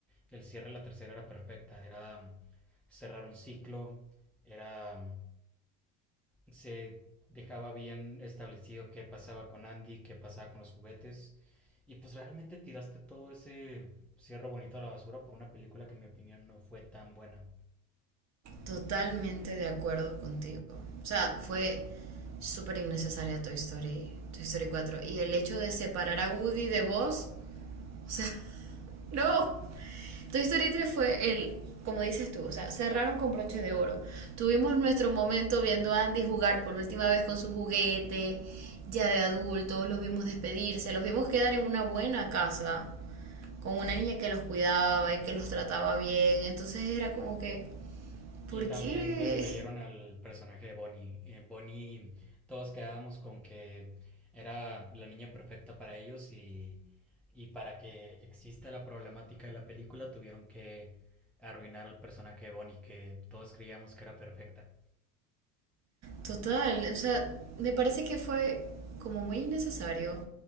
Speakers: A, in the centre; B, on the right (about 40°).
A: el cierre de la tercera era perfecta. Era mm, cerrar un ciclo, era... mm, se dejaba bien establecido qué pasaba con Andy, qué pasaba con los juguetes. Y pues realmente tiraste todo ese cierre bonito a la basura por una película que en mi opinión no fue tan buena.
B: Totalmente de acuerdo contigo. O sea, fue súper innecesaria Toy Story, Toy Story cuatro Y el hecho de separar a Woody de Buzz o sea, <laughs> no. Toy Story tres fue el, como dices tú, o sea, cerraron con broche de oro. Tuvimos nuestro momento viendo a Andy jugar por última vez con su juguete, ya de adultos, los vimos despedirse, los vimos quedar en una buena casa, con una niña que los cuidaba y que los trataba bien. Entonces era como que,
A: Y
B: ¿por
A: también
B: qué?
A: destruyeron al personaje de Bonnie. Eh, Bonnie, todos quedábamos con que era la niña perfecta para ellos y, y para que exista la problemática de la película tuvieron que arruinar al personaje de Bonnie que todos creíamos que era perfecta.
B: Total, o sea, me parece que fue como muy innecesario